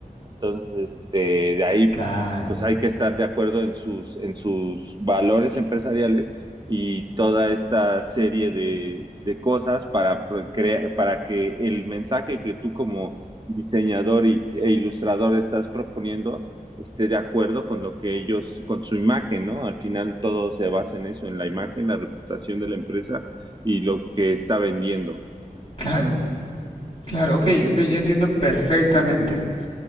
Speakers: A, on the right; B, on the left.
A: Entonces, este, de ahí,
B: claro,
A: pues hay que estar de acuerdo en sus, en sus valores empresariales y toda esta serie de, de cosas para, pro- crea- para que el mensaje que tú como diseñador y, e ilustrador estás proponiendo esté de acuerdo con lo que ellos, con su imagen, ¿no? Al final todo se basa en eso, en la imagen, la reputación de la empresa y lo que está vendiendo.
B: claro, claro, ok, ok, ya entiendo perfectamente.